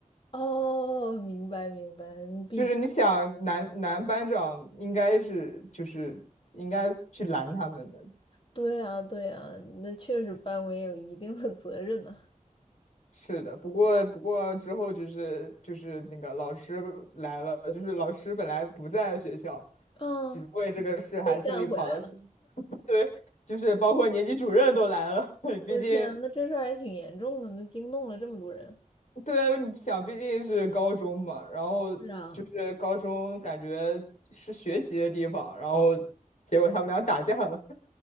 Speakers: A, on the left (about 40°); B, on the left (about 60°).
A: 哦，明白明白，
B: <laughs>
A: 毕竟
B: 就是你想男男班长应该是就是应该去拦他们的，
A: 对啊对啊，那确实班委有一定的责任呢、
B: 是的，不过不过之后就是就是那个老师来了，就是老师本来不在学校，
A: 嗯，
B: 就是为这个事还特地跑到去。
A: 被干回来了。
B: <laughs> 对，就是包括年级主任都来了，<laughs>
A: 我的天啊那这事儿还挺严重的，
B: 毕竟。
A: 那惊动了这么多人。
B: 对，你想，毕竟是高中嘛，然后就是高中感觉是学习的地方，
A: 是啊，
B: 然后结果他们俩打架了。